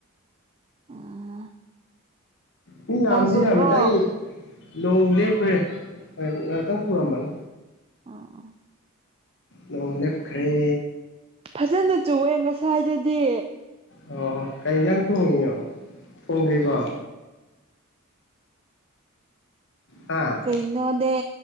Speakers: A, on the right (about 25°); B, on the left (about 60°).
A: ꯎꯝ
B: ꯃꯤ ꯌꯥꯝꯗꯤ
A: ꯅꯣꯡ ꯆꯨꯗ꯭ꯔꯣ
B: ꯌꯥꯝꯃꯤꯗ ꯑꯩ ꯅꯣꯡ ꯂꯦꯞꯈ꯭ꯔꯦ ꯉꯥꯛꯇꯪ ꯆꯨꯔꯝꯕꯅꯤ
A: ꯑꯥ ꯑꯥ
B: ꯅꯣꯡ ꯂꯦꯞꯈ꯭ꯔꯦ
A: ꯐꯖꯅ ꯆꯨꯑꯦ ꯉꯁꯥꯏꯗꯨꯗꯤ
B: ꯑꯣ ꯀꯩ ꯏꯟꯖꯥꯡ ꯊꯣꯡꯉꯤꯅꫭ ꯊꯣꯡꯗ꯭ꯔꯤꯕꯣ ꯍꯥ
A: ꯑꯩ ꯅꯥꯗꯦ